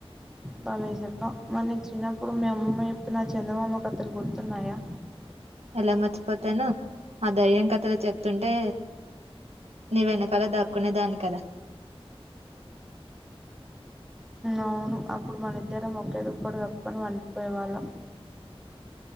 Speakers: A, in the centre; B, on the right (about 85°).
A: బలే చెప్పావు మరి నీకు చిన్నప్పుడు మీ అమ్మమ్మ చెప్పినా చందమామ కథలు గుర్తున్నాయా
B: ఎలా మర్చిపోతానో ఆ దైయం కథలు చెప్తుంటే నీ వెనకాల దాక్కునేదాన్ని కదా
A: అవును అప్పుడు మన ఇద్దరం ఒకేదిప్పటి కప్పుకొని పండుకునే వాళ్ళం.